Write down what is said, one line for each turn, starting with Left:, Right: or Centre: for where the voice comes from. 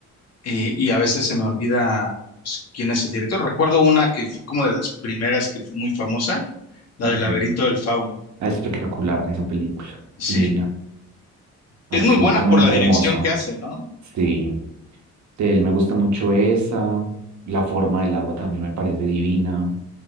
Left: eh, y a veces se me olvida pues, quién es el director. Recuerdo una que fue como de las primeras que fue muy famosa, la
Right: Ujú.
Left: del Laberinto del Fauno.
Right: Es espectacular esa película,
Left: Sí,
Right: divina, absolutamente
Left: es muy buena por la dirección
Right: hermosa.
Left: que hace, ¿no?
Right: Sí. De él me gusta mucho esa. La forma del agua también me parece divina.